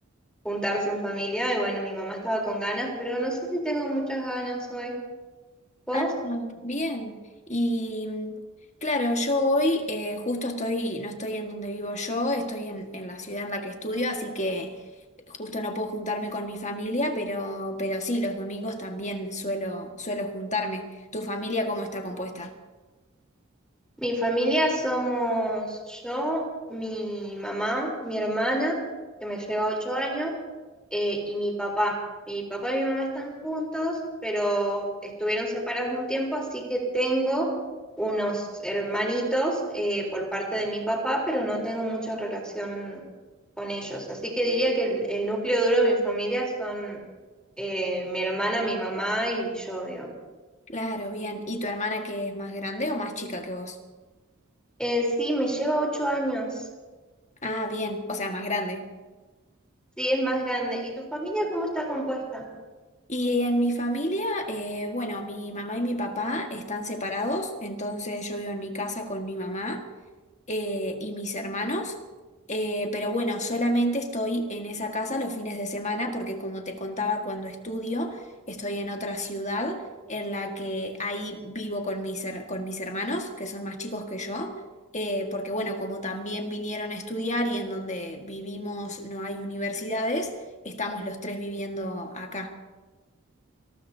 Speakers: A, in the centre; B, on the left (about 35°).
A: juntarse en familia y bueno, mi mamá estaba con ganas, pero no sé si tengo muchas ganas hoy. ¿Vos?
B: Ah, bien. Y mm, claro, yo hoy eh, justo estoy, no estoy en donde vivo yo, estoy en, en la ciudad en la que estudio, así que justo no puedo juntarme con mi familia, pero, pero sí, los domingos también suelo, suelo juntarme. ¿Tu familia cómo está compuesta?
A: Mi familia somos yo, mi mamá, mi hermana, que me lleva ocho años, eh, y mi papá. Mi papá y mi mamá están juntos, pero estuvieron separados un tiempo, así que tengo unos hermanitos eh, por parte de mi papá, pero no tengo mucha relación con ellos. Así que diría que el, el núcleo duro de mi familia son eh, mi hermana, mi mamá y yo, digamos.
B: Claro, bien. ¿Y tu hermana que es más grande o más chica que vos?
A: Eh, sí, me lleva ocho años.
B: Ah, bien, o sea, más grande.
A: Sí, es más grande. ¿Y tu familia cómo está compuesta?
B: Y en mi familia, eh, bueno, mi mamá y mi papá están separados, entonces yo vivo en mi casa con mi mamá eh, y mis hermanos. Eh, pero bueno, solamente estoy en esa casa los fines de semana porque como te contaba cuando estudio, estoy en otra ciudad en la que ahí vivo con mis, her- con mis hermanos, que son más chicos que yo, eh, porque bueno, como también vinieron a estudiar y en donde vivimos no hay universidades, estamos los tres viviendo acá.